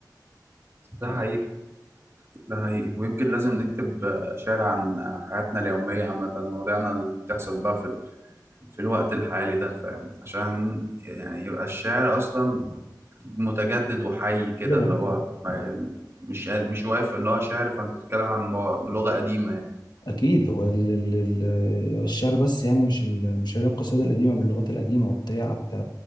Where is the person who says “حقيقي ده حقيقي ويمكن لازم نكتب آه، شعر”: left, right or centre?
Right